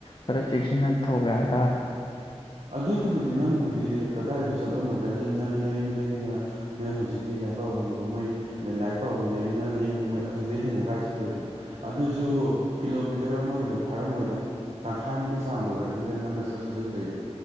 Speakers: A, on the left; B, on the right.
A: ꯈꯔ ꯆꯦꯛꯁꯤꯟꯅ ꯊꯧꯒꯔꯦ ꯍꯥꯏꯇꯥꯔꯦ
B: ꯑꯗꯨꯕꯨꯗꯤ ꯅꯪꯕꯨꯗꯤ ꯀꯗꯥꯏꯗꯁꯨ ꯆꯠꯂꯝꯃꯣꯏꯗ ꯑꯗꯨꯝ ꯅꯪ ꯅꯌꯨꯝꯗꯒꯤꯅ ꯅꯣꯏ ꯍꯧꯖꯤꯛ ꯂꯥꯏꯔꯤꯛ ꯄꯥꯐꯝꯗꯨꯕꯨ ꯃꯣꯏ ꯂꯥꯏꯔꯤꯛ ꯄꯥꯕꯝꯗꯒꯤꯅ ꯅꯌꯨꯝꯕꯧ ꯃꯣꯏ ꯑꯗꯨꯗꯩ ꯍꯦꯟꯅ ꯀꯥꯏ ꯆꯠꯇꯣꯔꯤꯅꯣ ꯑꯗꯨꯁꯨ ꯀꯤꯂꯣꯃꯤꯇꯔ ꯑꯃ ꯀꯩꯁꯨ ꯐꯥꯔꯝꯃꯣꯏꯗ ꯇꯪꯈꯥꯏꯃꯨꯛꯀꯤ ꯆꯥꯡꯗ ꯑꯣꯏꯔꯝꯅꯤꯗ ꯅꯪꯅ ꯆꯠꯊꯣꯛ ꯆꯠꯁꯤꯟ ꯇꯧꯔꯤꯗꯣ